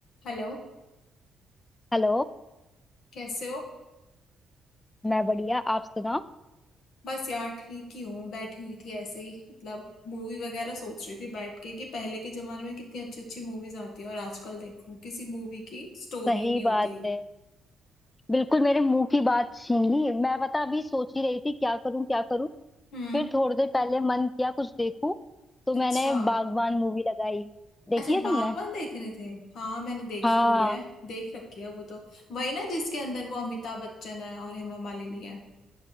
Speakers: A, on the left (about 65°); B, on the left (about 20°).
A: Hello
B: Hello
A: कैसे हो
B: मैं बढ़िया आप सुनाओ
A: बस यार ठीक ही हूँ बैठी हुई थी ऐसे ही मतलब मूवी वगैरह सोच रही थी बैठ के कि पहले के जमाने में कितनी अच्छी अच्छी मूवीज आती है और आजकल देखो किसी मूवी की स्टोरी
B: सही
A: नहीं होती
B: बात है बिल्कुल मेरे मुंह की बात छीन ली मैं पता अभी सोच ही रही थी क्या करूं क्या करूं
A: हम्म
B: फिर थोड़ी देर पहले मन किया कुछ देखूं तो
A: अच्छा
B: मैंने बागबान मूवी लगाई देखी
A: अच्छा
B: है
A: बागवान
B: तुमने
A: देख रहे थे हाँ मैंने देखी
B: हाँ
A: हुई है देख रखी है वो तो वही ना जिसके अंदर वो अमिताभ बच्चन है और हेमा मालिनी है